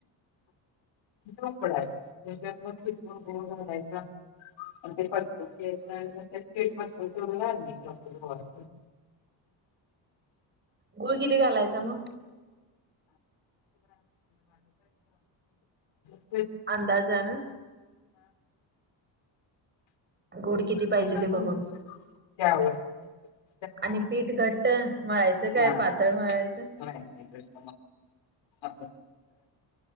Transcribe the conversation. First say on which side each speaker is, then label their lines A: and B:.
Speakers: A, on the left; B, on the right.
A: हपडा आहे त्याच्यात मग खिच गो घलायचा अस ते परत पठ बसून ठू लागली पीठ.
B: गुळ किती घालायचां मग
A: अ
B: अंदाजान गुड किती
A: क
B: पाहिजे ते बघून
A: बल
B: आणि पीठ घट्ट मळायचं काय
A: हा
B: पातळ मळायचं
A: नाही <inaudible> आपल्याला